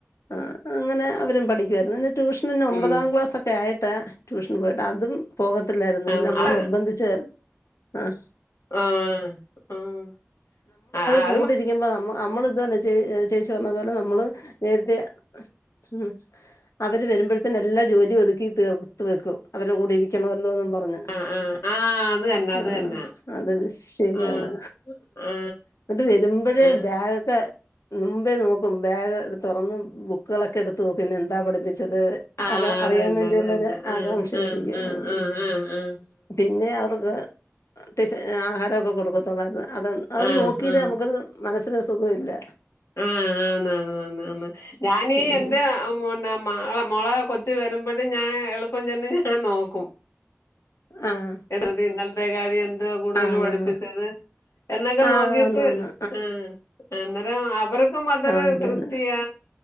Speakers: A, on the left; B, on the left.
A: ആഹ് അങ്ങനെ അവരും പഠിക്കുവായിരുന്നു ന്നെ ട്യൂഷന് ന്നെ ഒമ്പതാം
B: ഉം
A: ക്ലാസ്സൊക്കെ ആയിട്ട് ട്യൂഷന് പോയിട്ട് അതും പോകത്തില്ലായിര്ന്ന്
B: ആ
A: പിന്നെ നമ്മള്
B: ആ
A: നിർബന്ധിച് ആഹ്
B: ആഹ് ആഹ് അഹ് ആഹ്
A: കൂടെ രിക്കുമ്പോ നം അമ്മള് ഇതഞ് ചെ ചേച് ച് വന്നതോടെ നമ്മള് നേരത്തെ ഉം അവര് വരുമ്പ ത്ത്‌ നെല്ലാ ജോലി ഒതുക്കി തീർത്ത് വെക്കും അവര്ടെ കൂടെ ഇരിക്കണോല്ലോന്നും പറഞ്
B: ആ ആ ആ അത് തന്നെ അത്
A: ആഹ്
B: തന്നെ
A: അതല്ലാം ശരിയാണ്
B: ആ ആ
A: വെരുമ്പഴേ
B: ആ
A: ബാഗ് മുംമ്പേ നോക്കും ബേഗ് തൊറന്ന് ബുക്കുകളൊക്കെ എട്ത്ത്‌ നോക്കും ഇന്ന് എന്താ പഠിപ്പിച്ചത്
B: ആ
A: അത് അറിയാൻ
B: തന്നെ
A: വേണ്ടിയുള്ള
B: അത് തന്നെ
A: ഒര്
B: ആ
A: ആകാംക്ഷയായിരിക്കും
B: ആ ആ ആ ആ ആ ആ
A: പിന്നെ അവർക്ക് ടിഫി ആഹാരോക്കെ കൊട്ക്കത്തോള്ളായിരുന്നു അത് അത്
B: ആ
A: നോ
B: ആ ആ
A: അത് മനസിന് ഒര് സുഖവില്ല
B: ആഹ് ആന് ആന് ആന് ഞാനീ
A: ഉം
B: എന്റെ മുന്ന മകള മോളെ കൊച്ച് വരുമ്പോത്തിൻ ഞാന് എളുപ്പം ചെന്ന് ഞാൻ നോക്കും
A: ആഹ്
B: എട്തി ഇന്നെൽത്തെകാര്യം എന്ത് വാ കൂടുതൽ
A: ആഹ്
B: പഠിപ്പിച്ചത് എന്നൊക്കെ
A: ആഹ്
B: നോക്കീട്ട്
A: ആന്നാന്ന്
B: ആഹ് അന്നേരം അവർക്കും അതൊരു
A: ആഹ് അതന്നെ
B: തൃപ്തിയാ